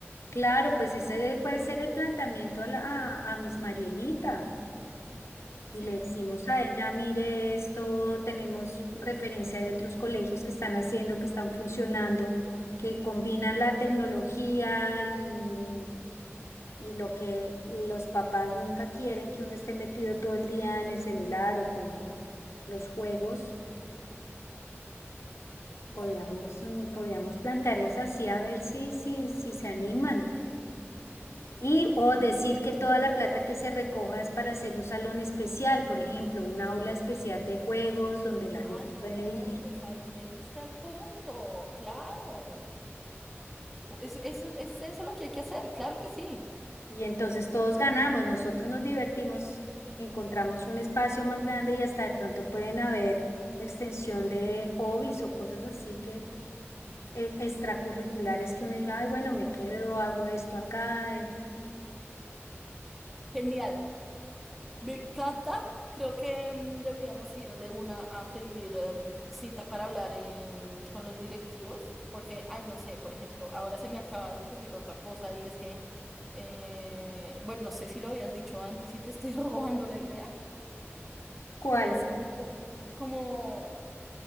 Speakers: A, on the left; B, in the centre.
A: Claro, pues ese puede ser el planteamiento a, la, a, a Miss Marielita.
B: Sí,
A: Y le decimos
B: total,
A: a ella, mire, esto tenemos referencia de otros colegios que están haciendo, que están funcionando, que combinan la tecnología y, y lo que los papás nunca quieren, que uno esté metido todo el día en el celular o con los juegos.
B: exactamente,
A: Podíamos, mm, podíamos plantearles así a ver si, si, si se animan.
B: sí,
A: Y
B: me gusta.
A: o decir que toda la plata que se recoja es para hacer un salón especial, por ejemplo, un aula especial de juegos donde la
B: Ah,
A: gente
B: no,
A: puede ir.
B: pues ahí le diste al punto, claro. Es, eso es eso lo que hay que hacer, claro que sí.
A: Y entonces todos ganamos, nosotros nos divertimos, encontramos un espacio más grande y hasta de pronto pueden haber extensión de hobbies o cosas así que eh, extracurriculares que uno diga, ay, bueno, me quedo, hago esto acá. eh,
B: Genial. Me Cata, creo que mm, deberíamos ir de una a pedir em, cita para hablar em, con los directivos, porque, ay, no sé, por ejemplo, ahora se me acaba de ocurrir otra cosa y es que, eh, bueno, no sé si lo habías dicho antes y te estoy <laughs> robando la idea,
A: ¿Cuál?
B: y es como, como